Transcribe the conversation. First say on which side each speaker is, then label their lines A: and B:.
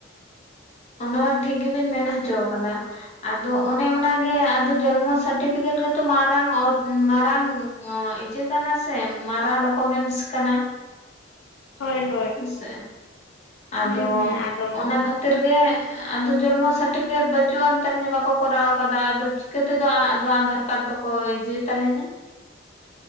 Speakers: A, on the left (about 35°); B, on the left (about 90°).
A: ᱚᱱᱟ ᱢᱟ ᱴᱷᱤᱠ ᱜᱮᱵᱤᱱ ᱢᱮᱱ ᱦᱚᱪᱚ ᱠᱟᱫᱟ ᱾ ᱟᱫᱚ ᱚᱱᱮ ᱚᱱᱟᱜᱮ ᱟᱫᱚ ᱡᱚᱞᱢᱚ <unintelligible> ᱥᱟᱴᱴᱤᱯᱷᱤᱠᱮᱴ ᱜᱮᱼᱼ ᱢᱟᱨᱟᱝ <unintelligible> ᱢᱟᱨᱟᱝ ᱱᱚᱣᱟ ᱮᱸ ᱤᱪᱟᱹ ᱠᱟᱱᱟ ᱥᱮ ᱢᱟᱨᱟᱝ ᱰᱚᱠᱚᱢᱮᱱᱥ ᱠᱟᱱᱟ ᱾
B: <unintelligible>
A: ᱦᱮᱸᱥᱮ, ᱟᱫᱚ
B: ᱦᱩᱸ ᱦᱩᱸ ᱟᱫᱚ
A: ᱚᱱᱟ ᱠᱷᱟᱹᱛᱤᱨ ᱜᱮ ᱾ ᱟᱫᱚ ᱡᱚᱞᱢᱚ <unintelligible> ᱥᱟᱴᱴᱤᱯᱷᱤᱠᱮᱴ ᱵᱟᱹᱪᱩᱜᱼᱟᱱ ᱛᱟᱞᱤᱧᱟ ᱵᱟᱠᱚ ᱠᱚᱨᱟᱣ ᱟᱠᱟᱫᱟ ᱟᱫᱚ ᱪᱤᱠᱟᱹ ᱛᱮᱫᱚ ᱟᱫᱚ ᱟᱸᱫᱷᱟᱨ ᱠᱟᱨᱰ ᱫᱚᱼᱼ ᱚᱭ ᱡᱮ ᱛᱟᱞᱤᱧᱟᱼᱼ